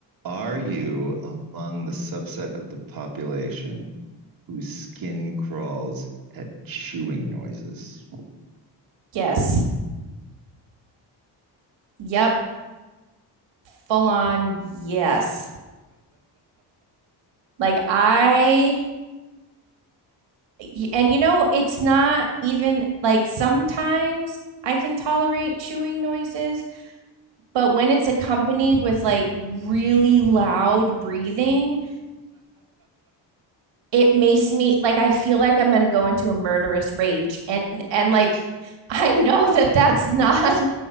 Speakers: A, on the right; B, on the right.
A: Are you among the subset of the population whose skin crawls at chewing noises?
B: Yes. Yep. Full on. Yes. Like I, y- and you know, it's not even like sometimes I can tolerate chewing noises, but when it's accompanied with like really loud breathing, it makes me like I feel like I'm gonna go into a murderous rage. And and like <laughs> I know that that's not